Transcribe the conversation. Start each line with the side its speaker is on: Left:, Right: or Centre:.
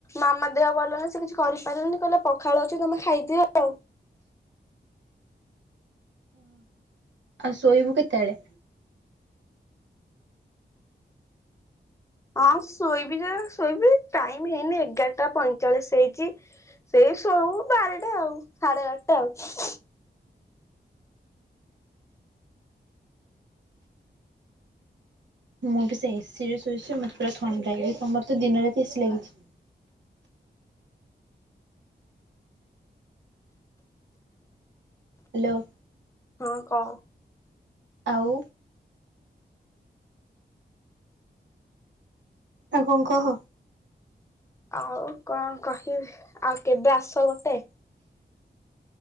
Left: ମାମା ଦେହ ଭଲ ଅଛି, ସେ କିଛି କରିପାରିବନି କହିଲା ପଖାଳ ଅଛି ତମେ ଖାଇଦିଅ ଆଉ।
Right: ଉଁ ହୁଁ। ଆଉ ଶୋଇବୁ କେତେବେଳେ?
Left: ହଁ ଶୋଇବି ଯେ ଶୋଇବି ଟାଇମ ହେଇନି ଏଗାରଟା ପଇଁଚାଳିଶ ହେଇଛି ସେଇ ଶୋଉ ବାରଟା ଆଉ ସାଢେ ବାରଟା ଆଉ।
Right: ମୁଁ ବି ସେ ଏସିିରେ ଶୋଇଛି ମତେ ପୁରା ଥଣ୍ଡା ହେଇଯାଇଚି, ତମର ତ ଦିନ ରାତି ଏସି ଲାଗିଛି। ହ୍ୟାଲୋ।
Left: ହଁ କହ।
Right: ଆଉ ଆଉ କଣ କହ?
Left: ଆଉ କଣ କହିବି, ଆଉ କେବେ ଆସ ଗୋଟେ।